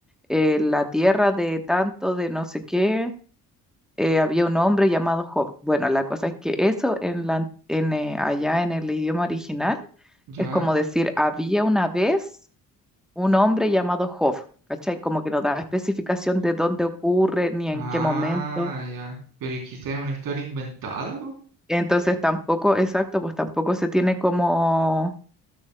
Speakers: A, in the centre; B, on the right.
A: eh, la tierra de tanto, de no sé qué, eh, había un hombre llamado Job. Bueno, la cosa es que eso en la, en, eh, allá en el idioma original
B: ya.
A: es como decir había una vez. un hombre llamado Job, ¿cachai? Como que no da especificación de dónde ocurre ni
B: Ah,
A: en qué momento.
B: ya. Pero ¿y quizás es una historia inventada, po.
A: Entonces tampoco, exacto, pues tampoco se tiene como